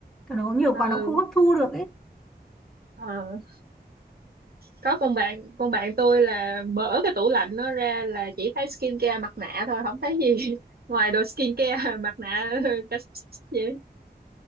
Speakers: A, in the centre; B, on the right.
A: Còn nó nhiều
B: ừ
A: quá nó cũng không hấp thu được ấy
B: ờ. có con bạn con bạn tôi là mở cái tủ lạnh nó ra là chỉ thấy skincare mặt nạ thôi không thấy gì <laughs> ngoài đồ skincare mặt nạ <laughs> cái gì